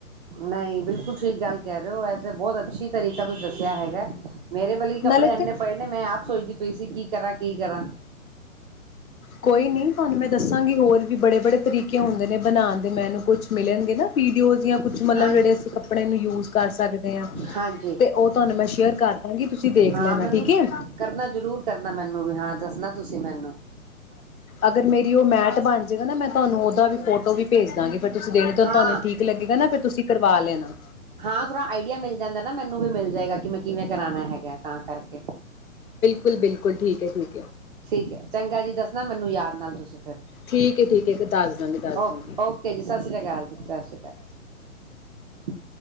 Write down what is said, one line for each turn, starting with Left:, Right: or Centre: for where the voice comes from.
Right: ਨਹੀਂ ਬਿਲਕੁਲ ਠੀਕ ਗੱਲ ਕਹਿ ਰਹੇ ਹੋ ਵੈਸੇ ਬਹੁਤ ਅੱਛੀ ਤਰੀਕਾ ਵੀ ਦੱਸਿਆ ਹੈਗਾ ਮੇਰੇ ਬਲ ਭੀ ਕੱਪੜੇ
Left: ਨਾਲੇ
Right: ਇੰਨੇ
Left: ਤੇ
Right: ਪਏ ਨੇ, ਮੈਂ ਆਪ ਸੋਚਦੀ ਪਈ ਸੀ ਕੀ ਕਰਾਂ ਕੀ ਕਰਾਂ।
Left: ਕੋਈ ਨੀ ਤੁਹਾਨੂੰ ਮੈਂ ਦੱਸਾਂਗੀ ਹੋਰ ਵੀ ਬੜੇ ਬੜੇ ਤਰੀਕੇ ਹੁੰਦੇ ਨੇ ਬਣਾਉਣ ਦੇ, ਮੈਨੂੰ ਕੁਛ ਮਿਲਣ ਵੀਡੀਓਜ਼ ਜਾਂ ਕੁਛ ਮਤਲਬ
Right: ਹਾਂਜੀ
Left: ਜਿਹੜੇ ਅਸੀਂ ਕੱਪੜੇ ਨੂੰ ਯੂਜ ਕਰ ਸਕਦੇ ਹਾਂ
Right: ਹਾਂਜੀ
Left: ਤੇ ਉਹ ਤੁਹਾਨੂੰ ਮੈਂ ਸ਼ੇਅਰ ਕਰ ਦਾਂਗੀ ਤੁਸੀਂ ਦੇਖ
Right: ਹਾਂ
Left: ਲੈਣਾ
Right: ਮੈਨੂੰ
Left: ਠੀਕ ਹੈ
Right: ਕਰਨਾ ਜ਼ਰੂਰ ਕਰਨਾ ਮੈਨੂੰ ਵੀ ਹਾਂ ਦੱਸਣਾ ਤੁਸੀਂ ਮੈਨੂੰ
Left: ਅਗਰ ਮੇਰੀ ਉਹ ਮੈਚ ਬਣ ਜਾਏਗਾ ਨਾ ਮੈਂ ਤੁਹਾਨੂੰ ਉਹਦਾ ਵੀ ਫੋਟੋ ਵੀ ਭੇਜ ਦਾਂਗੀ ਫਿਰ ਤੁਸੀਂ ਦੇਣੇ
Right: ਹਾਂ
Left: ਤੁਹਾਨੂੰ ਠੀਕ ਲੱਗੇਗਾ ਨਾ ਫਿਰ ਤੁਸੀਂ ਕਰਵਾ ਲੈਣਾ
Right: ਹਾਂ ਥੋੜਾ ਆਈਡੀਆ ਮਿਲ ਜਾਂਦਾ ਨਾ ਮੈਨੂੰ ਵੀ ਮਿਲ ਜਾਏਗਾ ਕਿ ਮੈਂ ਕਿਵੇਂ ਕਰਾਉਣਾ ਹੈਗਾ ਤਾਂ ਕਰਕੇ
Left: ਬਿਲਕ ਬਿਲਕਲ ੀ ੀਕ
Right: ਠੀਕ ਹੈ ਚੰਗਾ ਜੀ ਦੱਸਣਾ ਮੈਨੂੰ ਯਾਦ ਨਾਲ ਤੁਸੀਂ ਫਿਰ
Left: ਠੀਕ ਹੈ ਠੀਕ ਹੈ ਦੱਸ ਦਾਂਗੀ ਦੱਸ
Right: ਓਕੇ
Left: ਦਾਂਗੀ
Right: ਓਕੇ ਜੀ ਸਤਿ ਸ੍ਰੀ ਅਕਾਲ ਜੀ ਸਤਿ ਸ੍ਰੀ ਅਕਾਲ